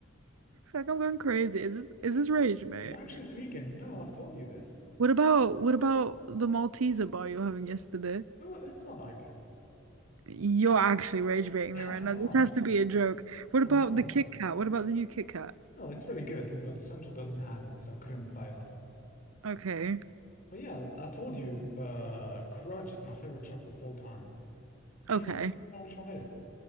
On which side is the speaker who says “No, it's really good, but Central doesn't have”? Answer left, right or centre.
Left